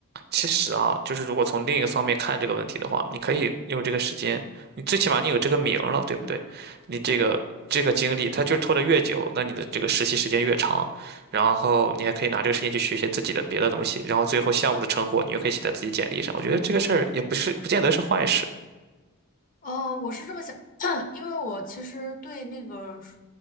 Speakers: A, on the right (about 45°); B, on the left (about 35°).
A: 其实啊，就是如果从另一个方面看这个问题的话，你可以用这个时间，你最起码你有这个名儿了，对不对？你这个这个经历，它就是拖得越久，那你的这个实习时间越长，然后你还可以拿这个时间去学一些自己的别的东西，然后最后项目的成果你又可以写在自己简历上。我觉得这个事儿也不是不见得是坏事
B: 哦，我是这么想，<clears throat> 因为我其实对那个数